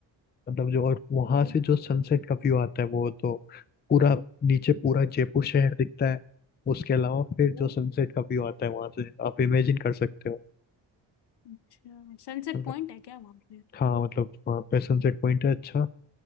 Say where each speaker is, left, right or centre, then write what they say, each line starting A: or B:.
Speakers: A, on the left; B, on the left.
A: मतलब जो और वहां
B: ओ,
A: से जो सनसेट का व्यू आता है वो तो पूरा नीचे पूरा जयपुर शहर दिखता है उसके अलावा फिर
B: ओ,
A: जो सनसेट का व्यू आता है वहां से आप इमेजिन कर सकते हो
B: अच्छा सनसेट
A: मतलब
B: पॉइंट है क्या वहाँ पे
A: हाँ मतलब वहाँ पे सनसेट पॉइंट है अच्छा